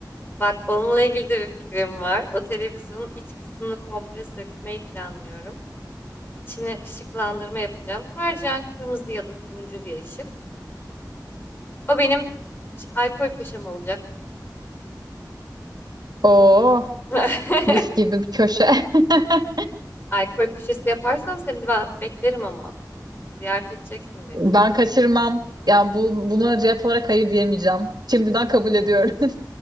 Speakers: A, on the left (about 30°); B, on the right (about 65°).
A: Bak onunla ilgili de bir fikrim var. O televizyonun iç kısmını komple sökmeyi planlıyorum. İçine ışıklandırma yapacağım. Tercihen kırmızı ya da turuncu bir ışık. O benim ş- alkol köşem olacak.
B: Oo,
A: <laughs>
B: mis gibi bir köşe. <laughs>
A: Alkol köşesi yaparsam seni de ba- beklerim ama. Ziyaret edeceksin beni.
B: Ben kaçırmam. Yani bu buna cevap olarak hayır diyemeyeceğim. Şimdiden kabul ediyorum.